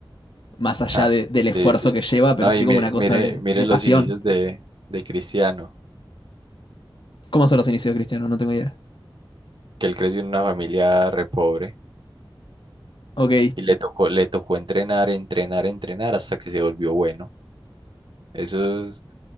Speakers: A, on the left; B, on the right.
A: más allá
B: Ja,
A: de- del esfuerzo
B: sí, sí.
A: que lleva, pero
B: No,
A: sí
B: y
A: como
B: mire,
A: una cosa
B: mire,
A: de,
B: mire
A: de
B: los
A: pasión.
B: inicios de, de Cristiano,
A: ¿Cómo son los inicios, de Cristiano? No tengo idea.
B: que él creció en una familia re pobre
A: Ok.
B: y le tocó, le tocó entrenar, entrenar, entrenar hasta que se volvió bueno. Esos,